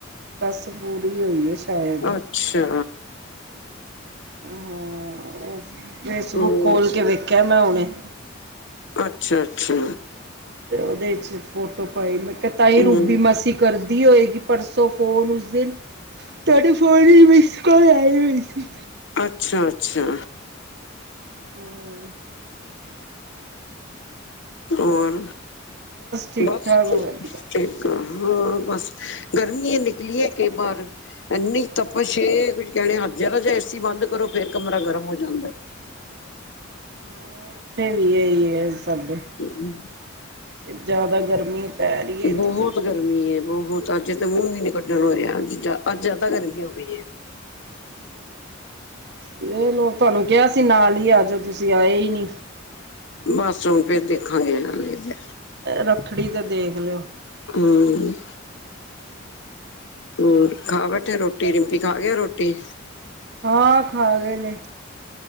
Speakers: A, on the right (about 55°); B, on the left (about 65°).
A: ਸੱਸ ਪੂਰੀ ਹੋਈਏ, ਸ਼ਾਇਦ।
B: ਅੱਛਾ!
A: ਹਾਂ, ਓ ਫੇਸਬੁੱਕ
B: ਹਮ
A: ਖੋਲਕੇ ਵੇਖਿਆ ਮੈਂ ਹੁਣੇ।
B: ਅੱਛਾ-ਅੱਛਾ।
A: ਅਤੇ ਉਹਦੇ ਈਚ ਫੋਟੋ ਪਾਈ, ਮੈਂ ਕਿਹਾ ਤਾਈ
B: ਹਮ
A: ਰੂਬੀ ਮਾਸੀ ਕਰਦੀ ਹੋਇਗੀ। ਪਰਸੋ ਫੋਨ ਉਸ ਦਿਨ, ਤੁਹਾਡੇ ਫੋਨ ਈਚ ਮਿਸ ਕੌਲ ਆਈ ਹੋਈ ਸੀ।
B: ਅੱਛਾ-ਅੱਛਾ।
A: ਹੋਰ?
B: ਹੋਰ,
A: ਠੀਕ
B: ਬਸ
A: ਠਾਕ ਵਧੀਆ
B: ਹਾਂ ਬਸ, ਗਰਮੀ ਏ ਨਿਕਲੀਏ ਕੇ ਬਾਹਰ। ਇੰਨੀ ਤਪਸ਼ ਏ, ਕੁੱਝ ਕਹਿਣੇ ਹੱਦ। ਜ਼ਰਾ ਜਾ ਏਸੀ ਬੰਦ ਕਰੋ, ਫੇਰ ਕਮਰਾ ਗਰਮ ਹੋ ਜਾਂਦਾ।
A: ਹਾਂ, ਇੱਥੇ ਵੀ ਯੇਹੀ ਏ, ਸਭ।
B: ਹੂੰ।
A: ਜ਼ਿਆਦਾ ਗਰਮੀ ਪੈ ਰਹੀ ਹੈ ਇਤਨੀ
B: ਬਹੁਤ ਗਰਮੀ ਏ, ਬਹੁਤ। ਅੱਜ ਤਾਂ ਮੂੰਹ ਵੀ ਨੀ ਕੱਢਣ ਹੋ ਰਿਹਾ ਅੱਜ, ਅੱਜ ਜਿਆਦਾ ਗਰਮੀ ਹੋ ਗਈ ਏ।
A: ਇਹ ਲੋਕ ਤੁਹਾਨੂੰ ਕਿਹਾ ਸੀ ਨਾਲ ਹੀ ਆਜੋ ਤੁਸੀ, ਆਏ ਹੀ ਨੀ।
B: ਬਸ ਹੁਣ ਫੇਰ ਦੇਖਾਂਗੇ ਹਲੇ ਜ
A: ਰੱਖੜੀ ਤੇ ਦੇਖ ਲਿਓ।
B: ਹੂੰ ਹੋਰ ਖਾ ਬੈਠੇ ਰ੍ਹੋਟੀ? ਰਿੰਪੀ ਖਾਗਿਆ ਰੋਟੀ?
A: ਹਾਂ, ਖਾ ਗਏ ਨੇ।